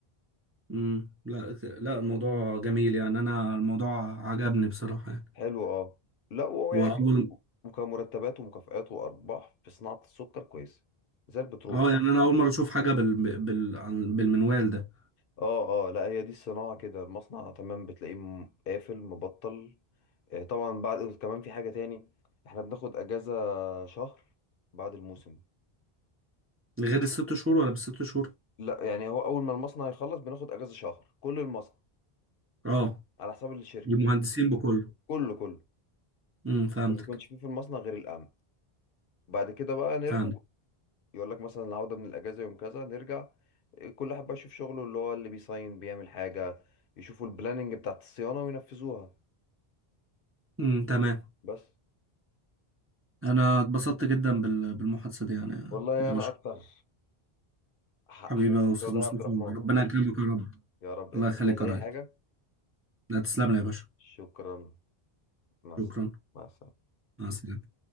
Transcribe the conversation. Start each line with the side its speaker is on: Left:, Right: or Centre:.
Right: امم لا لا الموضوع جميل يعني انا الموضوع عجبني بصراحه يعني
Left: حلو اه لا هو يعني
Right: واول
Left: كان- وكان مرتبات ومكافآت وأرباح في صناعة السكر كويسة زي البترول
Right: اه
Left: كده
Right: يعني انا اول مره اشوف حاجه بال... بال... عن- بالمنوال ده
Left: اه اه لا هي دي الصناعة كده المصنع تمام بتلاقيه م- قافل مبطل آه، طبعا بعد كمان في حاجة تاني احنا بناخد أجازة شهر بعد الموسم
Right: غير الست شهور ولا بالست شهور
Left: لا يعني هو أول ما المصنع يخلص بناخد أجازة شهر كل المصنع
Right: اه
Left: على حساب الشركة
Right: للمهندسين بكله
Left: كله كله
Right: امم فهمتك
Left: ما بيكونش فيه في المصنع غير الأمن بعد كده بقى نرجع
Right: فهمت
Left: يقول لك مثلا العودة من الأجازة يوم كذا نرجع كل واحد بقى يشوف شغله اللي هو اللي بيصين بيعمل حاجة يشوفوا البلاننج بتاعت الصيانة وينفذوها
Right: امم تمام
Left: بس
Right: انا اتبسطت جدا بال... بالمحادثه دي يعني
Left: والله
Right: يا
Left: أنا
Right: باشا
Left: أكتر ح-
Right: حبيبي
Left: حبيبي
Right: يا استاذ
Left: والله
Right: مصطفى
Left: يا عبد الرحمن
Right: ربنا يكرمك يا رب
Left: يا رب
Right: الله
Left: أنت
Right: يخليك
Left: مش عايز
Right: يا
Left: أي
Right: ريس
Left: حاجة
Right: لا تسلم لي يا باشا
Left: شكرا مع السلامة
Right: شكرا
Left: مع السلامة
Right: مع السلامه